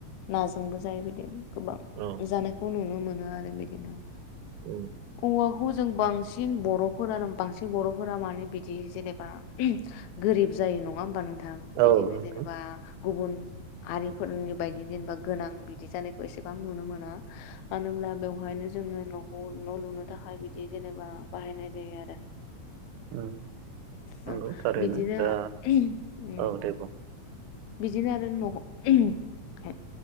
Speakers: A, on the left (about 75°); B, on the right (about 85°).
A: नाजोंबो जायो बिदि गोबां
B: औ
A: जानायखौ नुनो मोनो आरो। बिदिनो
B: औ
A: औवाखौ जों बांसिन बांसिन बर'फोरानो बांसिन बर'फोरा मानो बिदि जेनेबा गोरिब जायो नङा होमबा नोंथां? जों
B: औ
A: बिदिनो
B: नोंथां
A: जेनेबा गुबुन हारिफोरनि बायदि जेनेबा गोनां बिदि जानायखौ एसेबां नुनो मोना। मानो होनब्ला बेवहायनो जोङो न'खौ न' लुनो थाखाय बिदि जेनेबा बाहायनाय जायो आरो।
B: उम, नंगौ
A: औ
B: थारैनो
A: बिदिनो
B: दा
A: <unintelligible>
B: औ दे बुं
A: बिदिनो आरो न'